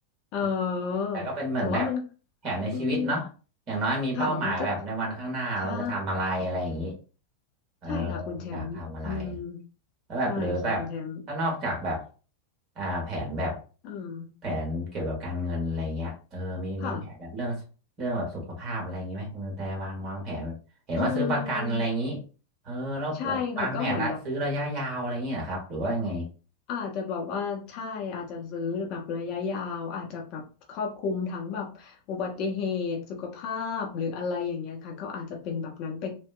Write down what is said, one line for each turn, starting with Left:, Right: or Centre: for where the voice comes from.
Left: เออแต่ว่ามัน
Right: ะ <laughs> แต่ก็เป็นเหมือนแบบแผนในชีวิตเนาะอย่างน้อยมีเป้าหมายแบบในวันข้างหน้าเราจะทำอะไรอะไรอย่างนี้
Left: อืมค่ะมันก็ใช่
Right: เออ
Left: ใช่ค่ะคุณแชมป์อืม
Right: อยากทำอะไรแล้วแบบหรือแบบถ้านอกจากแบบ
Left: ใช่ค่ะคุณแชมป์
Right: อ่าแผนแบบ
Left: อืม
Right: แผนเกี่ยวกับการเงินอะไรเงี้ยเออมีมีแผนแบบเรื่องเรื่องแบบสุขภาพอะไรอย่างงี้ไหมคุณกระแต่วางวางแผนแบบเห็นว่าซื้อประกันอะไรอย่างงี้
Left: ค่ะอืม
Right: เออแล้วแบบวางแผนละซื้อระยะยาวอะไรอย่างงี้นะครับหรือว่ายังไง
Left: ใช่ค่ะก็เหมือนแบบ อาจจะแบบว่าใช่อาจจะซื้อแบบระยะยาวอาจจะแบบครอบคลุมทั้งแบบอุบัติเหตุสุขภาพหรืออะไรอย่างเงี้ยค่ะก็อาจจะเป็นแบบนั้นไป